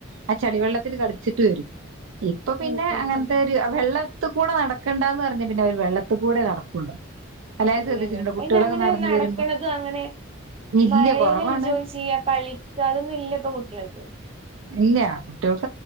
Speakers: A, on the right; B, on the right.
A: ആ ചളിവെള്ളത്തിൽ കളിച്ചിട്ട് വരും ഇപ്പൊ പിന്നെ
B: ഉം ഉം
A: അങ്ങനത്തെ
B: ഉം
A: ഒരു വെള്ള വെള്ളത്തികൂടെ നടക്കണ്ടന്ന് പറഞ്ഞാൽ പിന്നെ അവര് വെള്ളത്തി കൂടെ നടക്കുള്ളൂ അല്ലാതെ
B: ഇല്ല
A: ശ്രദ്ധിച്ചിട്ടുണ്ടോ
B: ഇല്ല അപ്പ
A: കുട്ടികളൊക്കെ
B: ഇനി അങ്ങനെ
A: നടന്നു
B: നടക്കണത്
A: വരുമ്പോ
B: അങ്ങനെ
A: ഇല്ല
B: മഴൽ
A: കുറവാണ്
B: എൻജോയ് ചെയ്യാ കളിക്കുക അതൊന്നും ഇല്ല ഇപ്പൊ കുട്ടികൾക്ക്
A: ഇല്ല കുട്ടിയോള് -